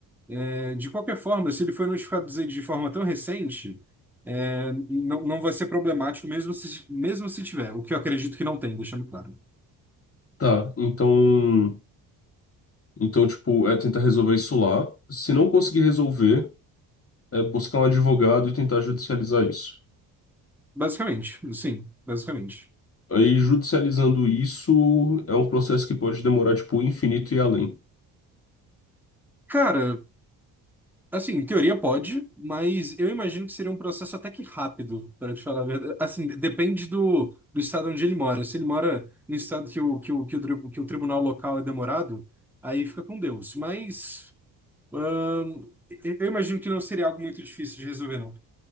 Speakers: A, in the centre; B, on the left (about 35°).
A: É, de qualquer forma, se ele foi notificado de de forma tão recente, é, não, não vai ser problemático mesmo se, mesmo se tiver, o que eu acredito que não tem, deixando claro.
B: Tá, então, então, tipo, é tentar resolver isso lá. Se não conseguir resolver, é buscar um advogado e tentar judicializar isso.
A: Basicamente, sim, basicamente.
B: Aí, judicializando isso, é um processo que pode demorar, tipo, infinito e além.
A: Cara, assim, em teoria pode, mas eu imagino que seria um processo até que rápido, para te falar a verdade. Assim, depende do, do estado onde ele mora. Se ele mora no estado que o, que o, que o, tri- que o tribunal local é demorado, aí fica com Deus. Mas, ahn, eu eu imagino que não seria algo muito difícil de resolver, não.